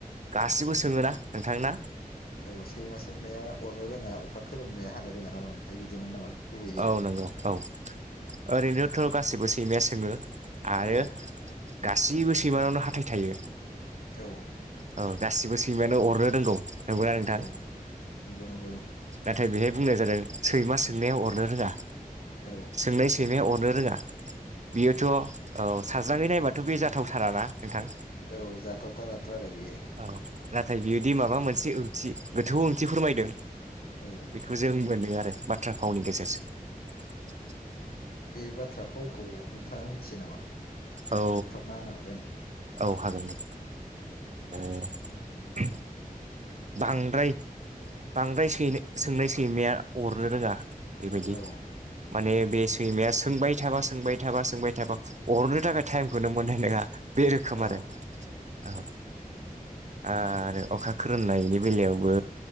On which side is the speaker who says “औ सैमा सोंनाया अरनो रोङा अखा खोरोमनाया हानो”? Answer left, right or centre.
Left